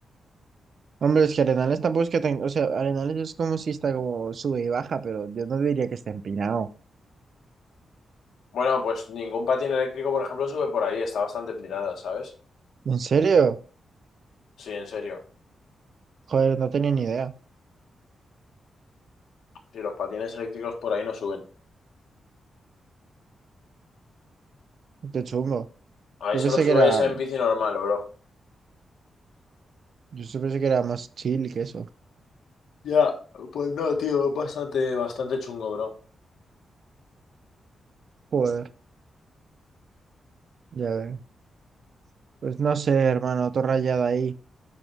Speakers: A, on the right; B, on the left.
A: Hombre, es que Arenales tampoco es que tenga. O sea, Arenales es como si está como sube y baja, pero yo no diría que está empinado.
B: Bueno, pues ningún patín eléctrico, por ejemplo, sube por ahí, está bastante empinada, ¿sabes?
A: ¿En serio?
B: Sí, en serio.
A: Joder, no tenía ni idea.
B: Sí, los patines eléctricos por ahí no suben.
A: Qué chungo.
B: Ahí
A: Yo
B: solo
A: pensé que
B: subes
A: era.
B: en bici normal, bro.
A: Yo sí pensé que era más chill que eso.
B: Ya, pues no, tío, es bastante, bastante chungo, bro.
A: Joder. Ya veo. Pues no sé, hermano, todo rayado ahí.